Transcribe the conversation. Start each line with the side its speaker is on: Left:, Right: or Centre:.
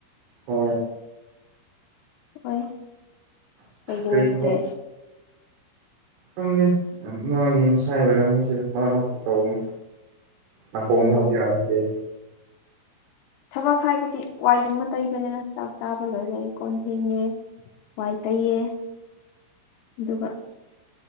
Right: ꯍꯣꯏ
Left: ꯍꯣꯏ ꯀꯩꯒꯤꯅꯣ
Right: ꯀꯔꯤ
Left: ꯑꯗꯨꯗꯤ
Right: ꯊꯕꯛ ꯈꯪꯗꯦ ꯑ ꯃꯥꯒꯤ ꯃꯁꯥꯏ ꯑꯣꯏꯔꯝꯃꯦ ꯁꯤꯗ ꯃꯔꯛ ꯃꯔꯛꯇ ꯇꯧꯅꯤ ꯅꯀꯣꯡꯗ
Left: ꯎꯝ
Right: ꯍꯥꯞ ꯌꯥꯔꯗꯦ
Left: ꯊꯕꯛ ꯍꯥꯏꯕꯗꯤ ꯋꯥꯏꯒꯨꯝꯕ ꯇꯩꯕꯅꯦꯗ ꯆꯥꯛ ꯆꯥꯕ ꯂꯣꯏꯔꯦ ꯀꯣꯟ ꯐꯦꯡꯉꯦ ꯋꯥꯏ ꯇꯩꯌꯦ ꯑꯗꯨꯒ